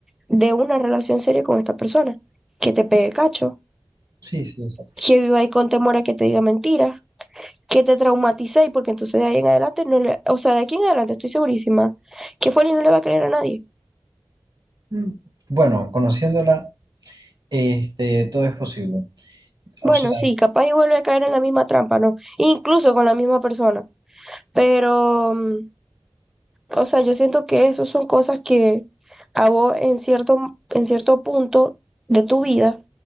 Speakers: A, in the centre; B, on the right.
A: de una relación seria con esta persona? Que te pegue cacho,
B: sí, sí, exacto.
A: que viva ahí con temor a que te diga mentiras que te traumaticéis, porque entonces de ahí en adelante, no le, o sea, de aquí en adelante estoy segurísima que Foley no le va a creer a nadie.
B: Mm. Bueno, conociéndola, este, todo es posible.
A: Bueno,
B: O sea,
A: sí, capaz y vuelve a caer en la misma trampa, ¿no? Incluso con la misma persona. Pero, mm, o sea, yo siento que eso son cosas que a vos en cierto, en cierto punto de tu vida